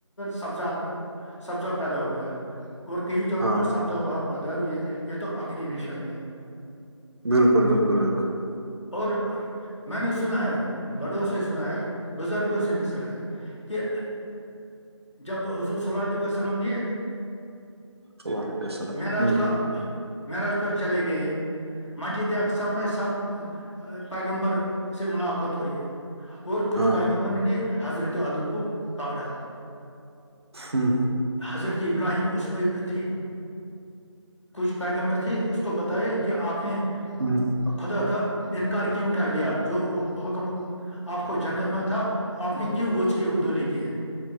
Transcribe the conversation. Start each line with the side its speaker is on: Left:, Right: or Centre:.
Left: سبز سبزہ پیدا ہو گیا اور کئی جگہوں
Right: ہاں
Left: پر سبزا وہاں پد آؤ یہ یہ تو خری نشانی ہے
Right: بالکل بالکل بالکل
Left: اور میں نے سنا ہے بڑوں سے سنا ہے بزرگوں سے نہیں سنا ہے کہ جب حضور صلی اللہ علیہ وسلم نے
Right: صلی اللہ علیہ وسلم
Left: م راج
Right: ہ ہ
Left: کا میرج پر چلے گئے ماجد ا سا میں سب پیگمبر سے ملاقات ہوئی ہے اور کچھ
Right: ہاں
Left: پیغمبر نے حضرت عدم کو پگڑا
Right: ہوں
Left: حضرت ابراہیم عمئی میں تھی کچھ پیگمبر تھے اس کو بتایا کہ آپ نے
Right: ہوں
Left: خدا کا انکار کیوں کر دیا جو حکم آپ کو جنت میں تھا اپنی کی اچکے ہو دھلیے کے